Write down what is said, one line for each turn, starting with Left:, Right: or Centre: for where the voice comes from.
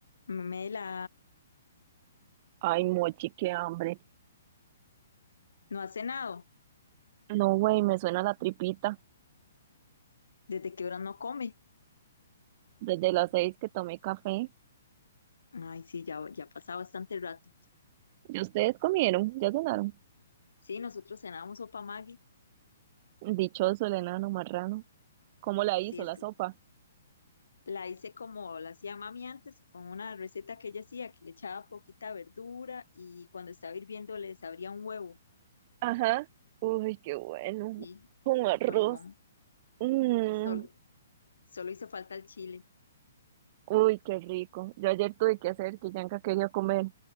Left: Mela,
Right: Ay, mochi, qué hambre.
Left: no ha cenado.
Right: No, güey, me suena la tripita.
Left: ¿Desde qué hora no come?
Right: Desde las seis que tomé café.
Left: Ay, sí, ya, ya ha pasado bastante rato.
Right: ¿Y ustedes comieron? ¿Ya cenaron?
Left: Sí, nosotros cenábamos sopa Maggi.
Right: Dichoso el enano marrano. ¿Cómo la
Left: Sí,
Right: hizo
Left: es
Right: la
Left: que
Right: sopa?
Left: la hice como la hacía mami antes, con una receta que ella hacía, que le echaba poquita verdura y cuando estaba hirviendo le abría un huevo
Right: Ajá. Uy, qué bueno.
Left: y,
Right: Con
Left: y
Right: arroz.
Left: con limón.
Right: Mm,
Left: Solo, solo hizo falta el chile,
Right: uy, qué rico. Yo ayer tuve que hacer que Yanka quería comer.